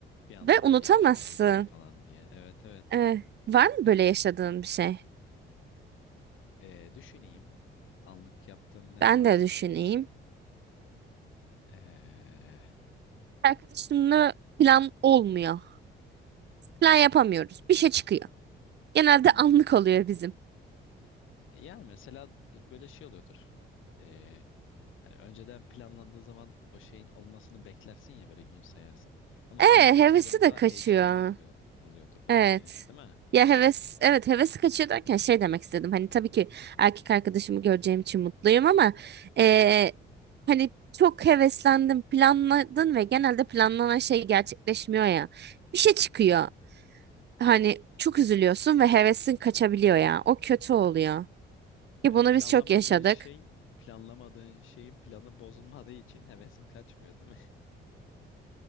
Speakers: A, on the left; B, on the right.
A: Bir anda
B: Ve
A: hadi
B: unutamazsın.
A: ya şuraya gidelim falan diye. Evet evet
B: Eh, var mı
A: yani
B: böyle yaşadığın bir şey?
A: e, düşüneyim. Anlık yaptığım ne
B: Ben
A: var?
B: de düşüneyim.
A: E,
B: Arkadaşımla plan olmuyor. Plan yapamıyoruz. Bir şey çıkıyor. Genelde
A: hmm.
B: anlık oluyor bizim.
A: Yani mesela böyle şey oluyordur. E, hani önceden planlandığı zaman o şeyin olmasını beklersin ya böyle gün sayarsın. Ama
B: Evet,
A: anlık olunca
B: hevesi
A: böyle daha
B: de kaçıyor.
A: heyecanlı oluyor oluyordur belki,
B: Evet.
A: değil mi?
B: Ya heves, evet hevesi kaçıyor derken şey demek istedim. Hani tabii ki erkek arkadaşımı göreceğim için mutluyum ama eee, hani çok heveslendim, planladın ve genelde planlanan şey gerçekleşmiyor ya. Bir şey çıkıyor. Hani çok üzülüyorsun ve hevesin kaçabiliyor ya. O kötü oluyor.
A: Evet,
B: Ki bunu
A: planlamadığın
B: biz çok yaşadık.
A: şey, planlamadığın şeyin planı bozulmadığı için hevesin kaçmıyor, değil mi? <laughs>